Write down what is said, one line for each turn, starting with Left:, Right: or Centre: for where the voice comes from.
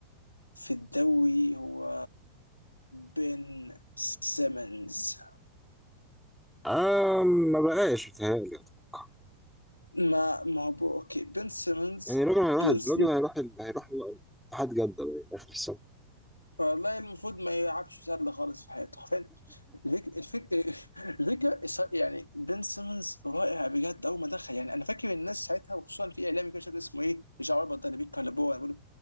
Left: في الدوري هو بن سيمنز
Centre: آه ما بقاش بتهيألي اتوقع
Left: ما ما هو بو- اوكي بن سيمنز
Centre: يعني الراجل هيروح
Left: بن س-
Centre: الراجل هيروح هيروح اتحاد جدة بقى آخر السنة
Left: والله المفروض ما يلعبش سله خالص في حياته حرفيا الفك... الفك... <laughs> الفكره الص- يعني بن سيمنز رائع بجد اول ما دخل يعني انا فاكر الناس ساعتها وخصوصا في اعلامي كده مش فاكر اسمه ايه مش عارف ده اللي بيتكلم لبرون بيقول له،